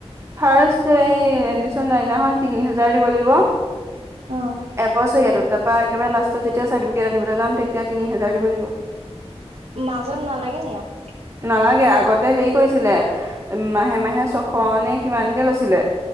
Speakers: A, on the right; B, on the right.
A: ফাৰ্ষ্ট এই এডমিচন লোৱাৰ দিনাখন তিনি হাজাৰ দিব লাগিব এবছৰীয়াতোত,
B: অ
A: তাৰপা একেবাৰে লাষ্টত যেতিয়া চাৰ্টিফিকেট আনিবলৈ যাম তে তিয়া তিনি হোজাৰ দিব লাগিব।
B: মাজত নালাগে নি আৰু?
A: নালাগে, আগতে হেৰি কৰিছিলে, মাহে মাহে ছশ নে কিমানকে লৈছিলে,